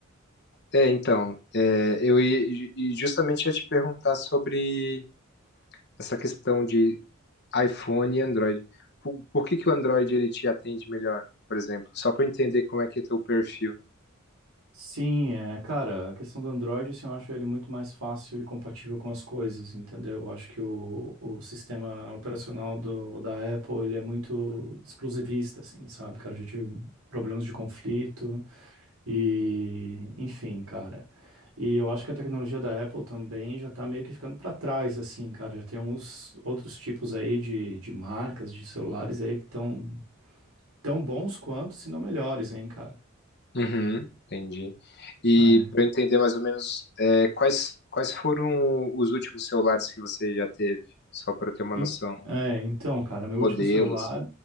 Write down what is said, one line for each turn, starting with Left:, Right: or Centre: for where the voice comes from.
Left: É, então, é, eu ia, e justamente ia te perguntar sobre essa questão de iPhone e Android. Por, por que que o Android ele te atende melhor, por exemplo? Só para entender como é que é teu perfil.
Right: Sim, é, cara, a questão do Android, assim, eu acho ele muito mais fácil e compatível com as coisas, entendeu? Eu acho que o, o sistema operacional do, da Apple, ele é muito exclusivista, assim, sabe, cara? Eu já tive problemas de conflito e, enfim, cara. E eu acho que a tecnologia da Apple também já tá meio que ficando para trás, assim, cara. Já tem alguns outros tipos aí de, de marcas, de celulares aí que estão tão tão bons quanto, se não melhores, hein, cara.
Left: Uhum, entendi. E
Right: É.
Left: para entender mais ou menos é, quais, quais foram os últimos celulares que você já teve, só para ter uma
Right: En-
Left: noção,
Right: É, então, cara, meu
Left: modelo,
Right: último celular,
Left: assim.